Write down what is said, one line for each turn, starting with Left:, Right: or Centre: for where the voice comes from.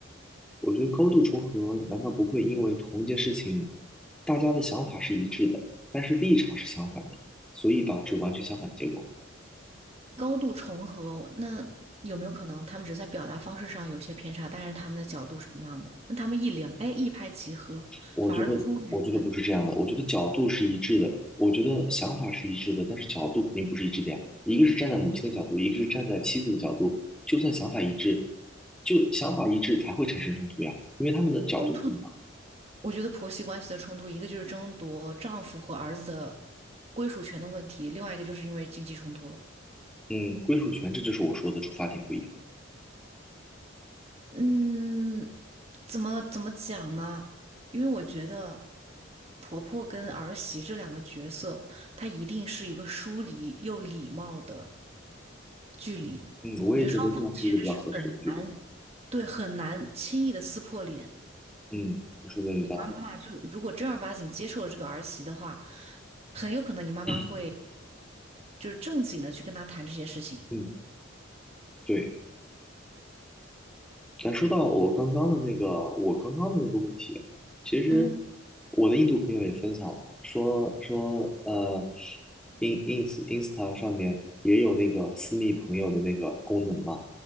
Centre: 我觉得高度重合难道不会因为同一件事情，大家的想法是一致的，但是立场是相反的，所以导致完全相反的结果吗？
Right: 高度重合，那有没有可能他们只是在表达方式上有些偏差，但是他们的角度是一样的？那他们一聊，哎，一拍即合，
Centre: 我觉得，
Right: 反而出于
Centre: 我觉得不是这样的。我觉得角度是一致的，我觉得想法是一致的，但是角度肯定不是一致的呀。一个是站在母亲的角度，一个是站在妻子的角度。就算想法一致，就想法一致才会产生冲突呀，因为他们的角度不一样。
Right: 冲突。我觉得婆媳关系的冲突，一个就是争夺丈夫和儿子的归属权的问题，另外一个就是因为经济冲突了。
Centre: 嗯，归属权，这就是我说的出发点不一样。
Right: 嗯，怎么怎么讲呢？因为我觉得婆婆跟儿媳这两个角色，她一定是一个疏离又礼貌的力。
Centre: 嗯，我也觉得这样是一个比较合适的距离。
Right: 我觉得双方其实是很难，对，很难轻易的撕破脸。
Centre: 嗯，你说的有道
Right: 你妈妈就如果正儿八经接受了这个儿媳的话，很有可能你妈妈会
Centre: 理。
Right: 就是正经的去跟她谈这件事情。
Centre: 嗯，对。咱说到我刚刚的那个，我刚刚的那个问题，其实
Right: 嗯
Centre: 我的印度朋友也分享了，说说呃，in ins Insta 上面也有那个私密朋友的那个功能嘛，